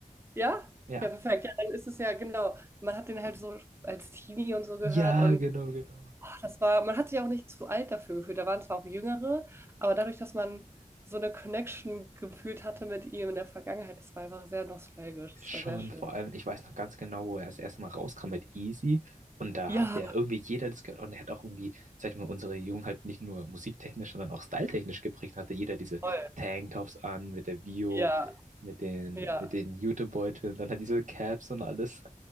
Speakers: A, on the right; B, on the right.
A: ja?
B: Ja.
A: Ja, perfekt. Ja, dann ist es ja genau. Man hat den halt so als Teenie und so gehört.
B: Ja,
A: Und
B: genau, genau.
A: ach, das war, man hat sich auch nicht zu alt dafür gefühlt. Da waren zwar auch Jüngere, aber dadurch, dass man so eine Connection gefühlt hatte mit ihm in der Vergangenheit, das war einfach sehr nostalgisch. Das
B: Schon,
A: war sehr schön.
B: vor allem, ich weiß noch ganz genau, wo er das erste Mal rauskam mit Easy. Und da
A: Ja,
B: hat der irgendwie jeder das gehört. Und er hat auch irgendwie, sag ich mal, unsere Jugend halt nicht nur musiktechnisch, sondern auch styletechnisch geprägt. Hatte jeder diese
A: voll.
B: Tanktops an, mit der Vio,
A: Ja,
B: mit den,
A: ja,
B: mit den Jutebeuteln, dann hat diese Caps und alles.